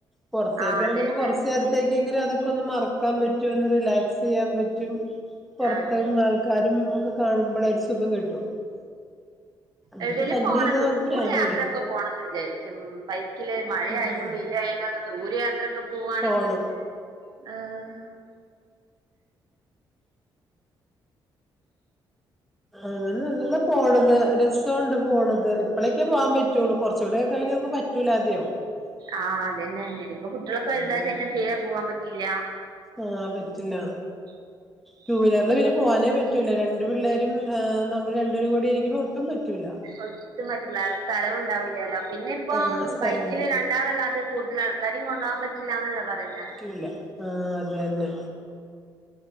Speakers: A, in the centre; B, on the right.
A: പുറത്തേക്ക്
B: ആഹ്
A: ഇറങ്ങുമ്പോ
B: അതന്നെ
A: കുറച്ച് നേരത് ത്തേക്ക് എങ്കിലും അതൊക്കൊന്ന് മറക്കാൻ പറ്റും ഒന്ന് റിലാക്സ് ചെയ്യാൻ പറ്റും പുറത്തുന്ന
B: ആഹ് അതെ
A: ആൾ കാരും ഒക്കെ കാണുമ്പോളെ ഒരു സുഖം കിട്ടും വീട്ടിൽ
B: എവിടേലും
A: തന്നെ
B: പോണം
A: ഇരുന്ന്
B: ഉണ്ട് ദൂരെ
A: നമുക്ക് ഭ്രാന്ത്
B: യാത്രയൊക്കെ
A: പിടിക്കും
B: പോണംന്ന് വിചാരിക്കുന്ന് ഉം ബൈക്കില് മഴയാലും
A: ആഹ്
B: വെയില ആയാലും അങ്ങ് ദൂര യാത്രൊക്കെ പോവാണെങ്കിൽ
A: ഫോണ്
B: ആഹ്
A: അങ്ങനെ നല്ലതാ പോണത് രസംണ്ട് പോണത് ഇപ്പോഴേൊക്കെ പോവാൻ പറ്റുള്ളൂ കുറച്ചുകൂടെക്കെ കഴിഞ്ഞ ക്ക് പറ്റ <unintelligible> ആദ്യം
B: ആഹ് അതന്നെ ഞൻ ഇപ്പൊ കുട്ടികളൊക്കെ വലുതായി
A: ഉം
B: കഴിഞ്ഞ തീരെ പോവാൻ പറ്റില്ല
A: ആഹ് പറ്റില്ല
B: ഉ
A: ടൂ വീലറില് പിന്നെ പോവാനേ പറ്റൂല്ല രണ്ട് പിള്ളേരും നമ്മൾ രണ്ടൂരം കൂടി ആരിക്കുമ്പോൾ ഒട്ടും പറ്റൂല്ല
B: ഒട്ടും പറ്റുള്ള സ്ഥലവും ഉണ്ടാവൂല്ലല്ലോ പിന്നെ ഇപ്പം
A: ആഹ് സ്ഥലം
B: ബൈക്കില്
A: ഉണ്ടാവില്ല
B: രണ്ട് എതാളല്ലോ അത് കൂടുതൽ ആൾക്കാരെം കൊണ്ടോകാൻ പറ്റില്ലാ എന്നല്ലേ പറയുന്ന
A: ഇല്ല ആഹ് അതന്നെ